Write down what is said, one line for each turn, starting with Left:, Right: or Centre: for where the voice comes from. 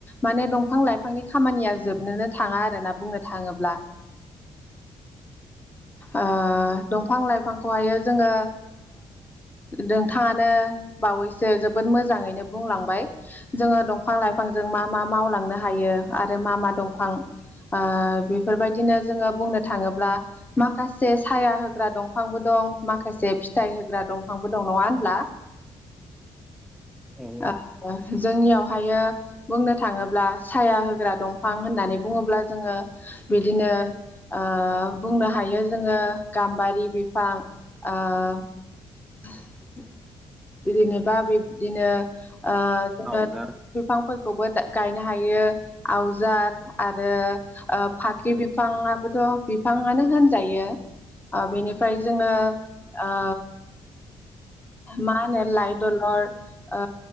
Left: माने दंफां लाइफांनि खामानिया जोबनोनो थाङा आरोना बुंनो थाङोब्ला ओ दंफां लाइफांखौहायो जोङो नोंथाङानो बावैसो जोबोद मोजाङैनो बुंलांबाय जोङो दंफां लाइफांजों मा मा मावलांनो हायो आरो मा मा दंफां ओ ओ बेफोरबायदिनो जोङो बुंनो थाङोब्ला माखासे साया होग्रा दंफांबो दं माखासे फिथाइ होग्रा दंफांबो दं नङा होनब्ला?
Centre: औ
Left: आ
Centre: औ
Left: जोंनियावहायो बुंनो थाङोब्ला साया होग्रा दंफां होननानै बुङोब्ला जोङो बिदिनो ओ बुंनो हायो जोङो गाम्बारि बिफां ओ <inaudible> बिदिनोबा बिब्दिनो ओ जोङो
Centre: आवजार
Left: बिफांफोरखौबो गायनो हायो आवजार आरो ओ फाख्रि बिफाङाबोथ' बिफाङनो होनजायो ओ बेनिफ्राय जोङो ओ मा होनो लाइ दलर ओ